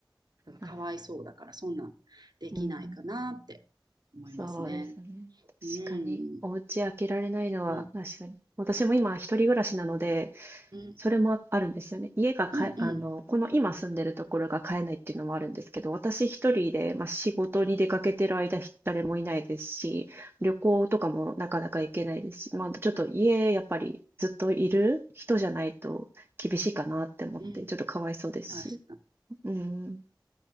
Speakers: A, on the right; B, on the right.
A: だからかわいそうだから、
B: なる
A: そんなんできないかなって思いますね。
B: うん。そうですね。
A: うん、
B: 確かに。お家開けられないのは、
A: うん、
B: 確かに。私も今、一人暮らしなので、
A: うん。
B: それもあるんですよね。家がかえ、
A: うんうん。
B: あの、この今住んでるところが買えないっていうのもあるんですけど、私一人で、まあ、仕事に出かけてる間、ひ誰もいないですし、旅行とかもなかなか行けないですし、まあ、ちょっと家、やっぱりずっといる人じゃないと厳しいかなって思って、
A: うん。
B: ちょっとかわいそうですし。
A: 確か。
B: うん。